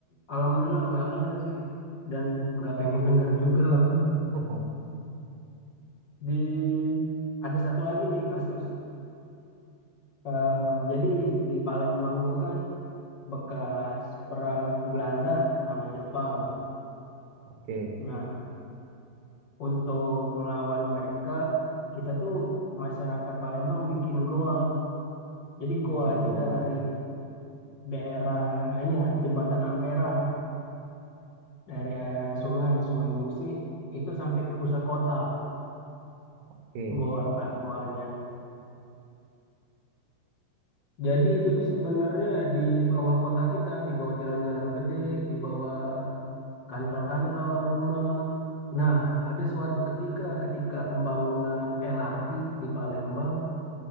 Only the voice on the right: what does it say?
<laughs>
oke
bikin
goa
oke